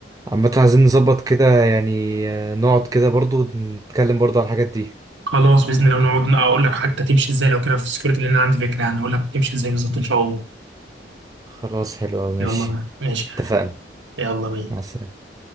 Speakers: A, on the right; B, on the right.
A: عامة عايزين نظبط كده يعني آه، نقعد كده برضو نتكلم برضو على الحاجات دي
B: خلاص باذن الله ونقعد نق- اقول لك حتى تمشي ازاي لو كده في السكيورتي لان انا عندي فكره يعني اقول لك تمشي ازاي بالظبط ان شاء الله
A: خلاص حلو أوي، ماشي
B: يلا بقى. ماشي
A: اتفقنا
B: يلا بينا
A: مع السلامة